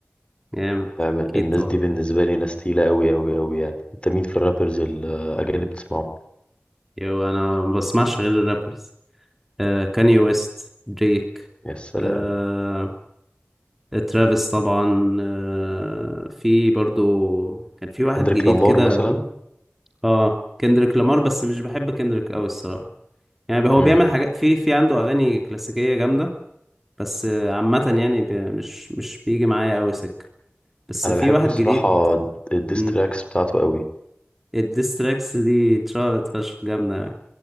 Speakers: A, in the centre; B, on the left.
A: جامد
B: فاهم
A: اكيد
B: الناس
A: طبعا
B: دي بالنسبة لي ناس تقيلة قوي قوي قوي يعني أنت مين في الرابرز الأجانب بتسمعه؟
A: يو انا ما بسمعش غير الرابرز آه كاني ويست دريك
B: يا سلام
A: آه ترافيس طبعا آه في برضو كان في واحد
B: كندريك
A: جديد
B: لامار
A: كده
B: مثلا
A: اه كندريك لامار بس مش بحب كندريك قوي الصراحة يعني هو
B: مم.
A: بيعمل حاجات في في عنده اغاني كلاسيكية جامدة بس آه، عامة يعني بي- مش مش بيجي معايا قوي سكة بس
B: أنا
A: في
B: بحب
A: واحد
B: الصراحة
A: جديد
B: الديستراكس
A: مم.
B: بتاعته قوي
A: الديستراكس دي اتشهرت فشخ جامدة يعني